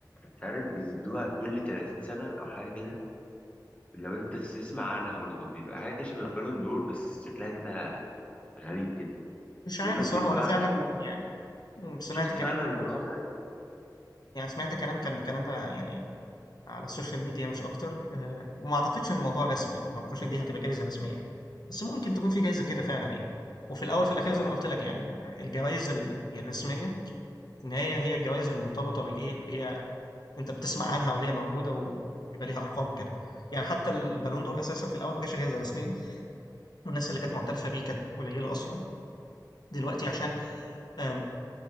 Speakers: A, on the left; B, on the left.
A: مش عارف بيدوها كل 30 سنة او حاجة كده لو انت تسمع عنها برضو بيبقى حاجة كده شبه البالون دور بس شكلها كده غريب كده
B: مش
A: بيقول
B: عارف
A: لك
B: الصراحة
A: بيدوها
B: وأنا فعلا
A: على
B: يعني سمعت
A: شفت
B: كلام
A: فعلا الموضوع ده
B: يعني سمعت كلام كان الكلام ده يعني على السوشيال ميديا مش أكتر آه، وما أعتقدش إن الموضوع رسمي ما أعتقدش إن دي هتبقى جايزة رسمية بس ممكن تكون في جايزة كده فعلا يعني وفي الاول في الاخير
A: اه
B: زي ما قلت لك يعني الجوائز الرسميه في النهايه هي الجوائز المرتبطه بالايه اللي هي أنت بتسمع عنها وليه موجودة ويبقى ليها أرقام وكده يعني حتى البالون دور أساسا في الأول ما كانش جايزة رسمية والناس اللي كانت معترفة بيه كانت قليلة أصلا دلوقتي عشان آم،